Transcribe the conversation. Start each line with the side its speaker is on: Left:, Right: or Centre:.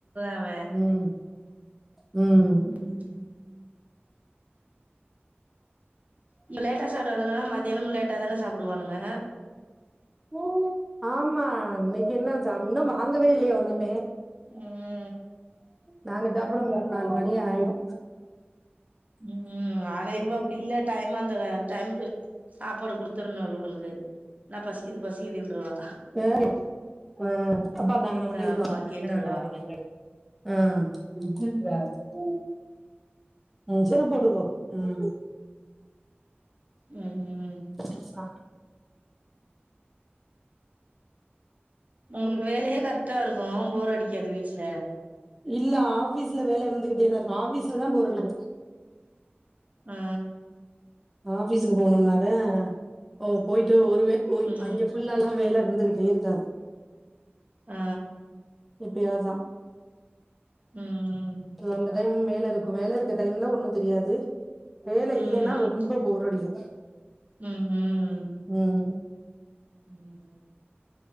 Right: அவ
Centre: ம் ம்
Right: ம் இப்ப லேட்டா சாப்டாங்கன்னா மதியானமு லேட்டா தான சாப்டுவானுங்க
Centre: ம் ஆமா இன்னக்கி என்ன
Right: ம்
Centre: ஜாமா இன்னோ வாங்கவே இல்லயே ஒன்னுமே
Right: ம்
Centre: நாங்க சாப்ட மூணு நாலு மணி ஆய்று
Right: ம் ஆனா இவ அப்டி இல்ல டைமா அந்த டைம்க்கு சாப்பாடு குடுத்தர்ணு இவல்களுக்கு இல்லனா பசிக்குது பசிக்குதுன்ருவா
Centre: சேரி அ
Right: ஆமா கேட்ருவா
Centre: ஆ ம் ம்
Right: ம் ம்
Centre: <unintelligible>
Right: ஒங்களுக்கு வேலயே கரெக்டா இருக்கு போர் அடிகாது வீட்ல
Centre: இல்ல ஆபீஸ்ல வேல இருந்துகிட்டேதா இருக்கு ஆபீஸ்ல தா போரடிக்கு
Right: ஆ
Centre: ஆபீஸுக்கு போனம்னாத ஓ போயிட்டு ஒரு வேய் போய்
Right: ம்
Centre: அங்க ஃபுல்லால வேல இருந்துகிட்டே இருக்காது
Right: அ
Centre: எப்பயாதா
Right: ம் ம்
Centre: அந்த டைம் வேல இருக்கு வேல இருக்க டைம்ல ஒன்னு தெரியாது வேல
Right: ம்
Centre: இல்லேனா ரெம்ப போர் அடிக்கு
Right: ம் ம்
Centre: ம்
Right: ம்